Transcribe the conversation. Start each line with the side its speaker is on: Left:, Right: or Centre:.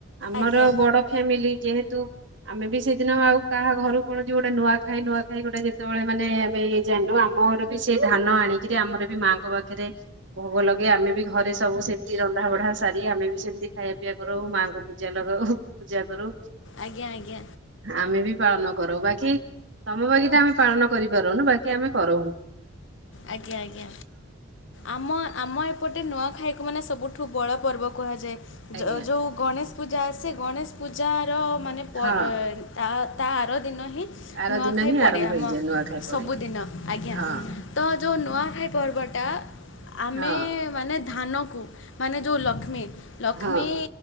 Right: ଆମର
Left: ଆଜ୍ଞା
Right: ବଡ ଫ୍ୟାମିଲି ଯେହେତୁ। ଆମେ ବି ସେଦିନ ଆଉ କାହାଘରୁ କଣ ଯେ ଗୋଟେ ନୂଆଖାଇ ନୂଆଖାଇ ଗୋଟେ ଯେତେବେଳେ ମାନେ ଆମେ ଇଏ ଜାଣଲୁ ଆମର। ବି ସେଇ ଧାନ ଆଣିକିରି ଆମର ବି ମାଙ୍କ ପାଖେରେ ଭୋଗ ଲଗେଇ ଆମେ ବି ଘରେ ସବୁ ସେମତି ରନ୍ଧା ବଢା ସାରି ଆମେ ବି ସେମିତି ଖାଇବା ପିଆବା କରଉ ମାଆଙ୍କୁ ପୂଜା ଲଗାଉ। ପୂଜାକରୁ
Left: ଆଜ୍ଞା ଆଜ୍ଞା
Right: ଆମେ ବି ପାଳନକରୁ ବାକି। ତମେ ବାକିଟା ଆମେ ପାଳନ କରିପାରୁନୁ ବାକି ଆମେ କରଉ।
Left: ଆଜ୍ଞା ଆଜ୍ଞା। ଆମ ଆମ ଏପଟେ ନୂଆଖାଇକୁ ମାନେ ସବୁଠୁ ବଡ଼ପର୍ବ କୁହାଯାଏ
Right: ଆଜ୍ଞା
Left: ଯ ଯୋଉ। ଗଣେଶ ପୂଜା ଆସେ ଗଣେଶ ପୂଜାର ମାନେ ପର
Right: ହଁ
Left: ତା ତା ଆରଦିନ ହିଁ।
Right: ଆର
Left: ନୂଆଖାଇ
Right: ଦିନ ହିଁ
Left: ପଡେ
Right: ଆରମ୍ଭ
Left: ଆମ
Right: ହେଇଯାଏ ନୂଆଖାଇ ପଡେ
Left: ସବୁଦିନ ଆଜ୍ଞା।
Right: ହଁ
Left: ତ ଯୋଉ ନୂଆଖାଇ ପର୍ବଟା ଆମେ।
Right: ହଁ
Left: ମାନେ ଧାନକୁ ମାନେ ଯୋଉ ଲକ୍ଷ୍ମୀ। ଲକ୍ଷ୍ମୀ
Right: ହଁ